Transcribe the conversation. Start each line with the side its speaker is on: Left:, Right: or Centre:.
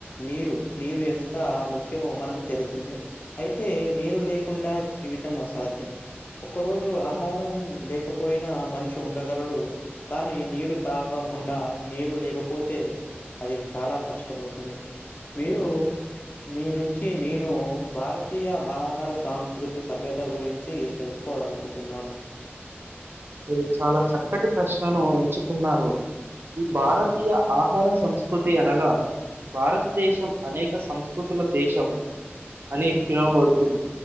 Left: నీరు నీరు ఎంత ముఖ్యమో మనకు తెలిసిందే అయితే నీరు లేకుండా జీవితం అసాధ్యం ఒక్క రోజు ఆహారం లేకపోయినా మనిషి ఉండగలడు కానీ నీరు తాగ కుండా నీరు లేకపోతే అది చాలా కష్టమవుతుంది మీరు మీ నుం చి నేను భారతీయ ఆహార సంస్కృతి సభ్యత గురించి తెలుసుకోవాలనుకుంటు న్నాను
Right: మీరు చాలా చక్కటి ప్రశ్నను ఎంచుకున్నారు ఈ భారతీయ ఆహార సంస్కృతి అనగా భారతదేశం అనేక సంస్కృతుల దేశం అని పిలువబడుతుంది